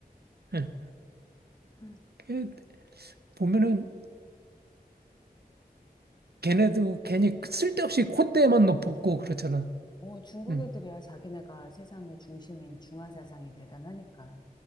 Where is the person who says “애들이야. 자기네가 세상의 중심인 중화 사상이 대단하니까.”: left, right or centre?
Left